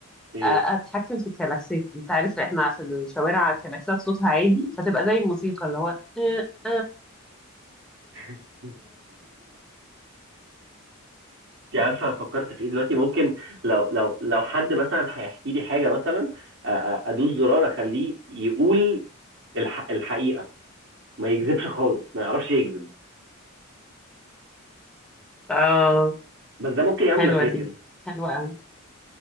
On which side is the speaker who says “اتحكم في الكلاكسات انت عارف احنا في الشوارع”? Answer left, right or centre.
Centre